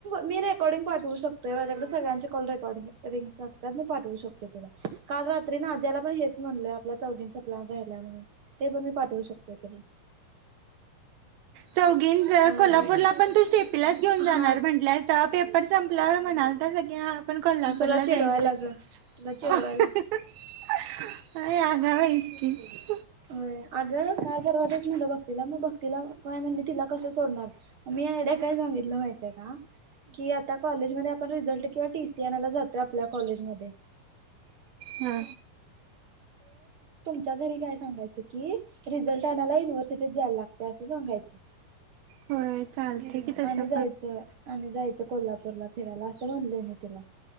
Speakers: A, on the right (about 60°); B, on the right (about 85°).
A: मी रेकॉर्डिंग पाठव शकतोय माझ्याकडे सगळ्यांचे कल रेकॉर्डिंग रिंग्स असतात मी पाठवू शकतेो तुला काल रात्री ना ज्याला पण हे म्हणलोय आपला चौघींचा प्र्लान रा्हायलाय म्हणून ते पण मी पाठवू शकतोय तुला
B: चौघी
A: अ
B: कोल्हापूरला पण तू सेपीलाच घेऊन जाणार
A: हा
B: म्हंटय पेपर संपल्यावर म्हणाल तर सगळ्या कोल्हापूरला
A: तुला चिडवायला
B: जायचं
A: ग तुला चिडवायला
B: <unintelligible> ह्या वेळीचं की.
A: होय अगं काल परवा तेच म्हणलं भक्तीला मग भक्तीला काय म्हणले तिला कसं सोडणार मी, मी आइडिया काय झालेल माहितीय का, की आता काॅलेज मध्ये आपण रिझल्ट किंवा टीसी आणयला जातोय, आपल्या कॉलेजमध्ये
B: हा.
A: च्या घरी <unintelligible> सांगायच की रिझल्ट आणायला युनिव्हर्सिटीत जायला लागत असं सांगायचं.
B: होय चालतंय की तसं
A: आणि जायचं आणि जायचं कोल्हापूरला फिरायला असं म्हणलय मी तिला. <inaudible>